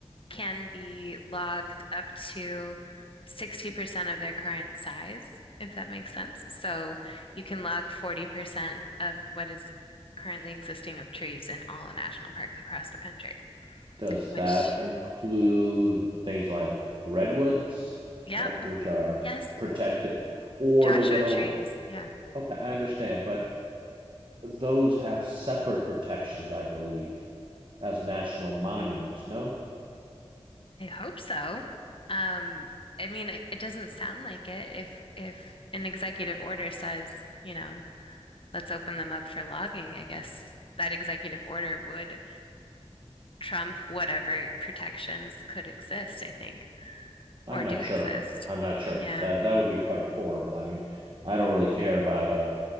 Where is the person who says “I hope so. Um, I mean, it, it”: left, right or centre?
Left